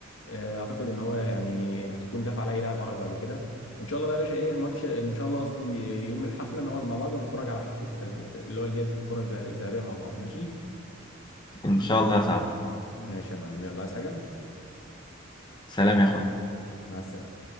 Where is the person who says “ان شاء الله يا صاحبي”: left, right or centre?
Left